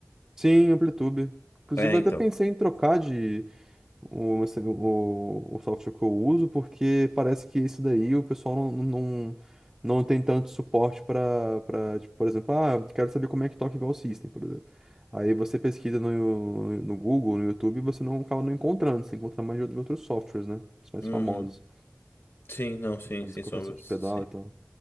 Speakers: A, on the right; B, on the left.
A: Sim, Amplitude. Inclusive,
B: É,
A: eu
B: então.
A: até pensei em trocar de o, assim, o, o software que eu uso, porque parece que esse daí o pessoal não, não, não não tem tanto suporte para, para, tipo, por exemplo, ah, eu quero saber como é que toca igual o System, por exemplo. Aí você pesquisa no, no Google, no YouTube, e você não acaba não encontrando, você encontra mais de outros softwares, né? Os mais
B: Uhum.
A: famosos.
B: Sim, não, sim,
A: Fazer
B: sem
A: conversões
B: sombra, sim.
A: de pedal e tal.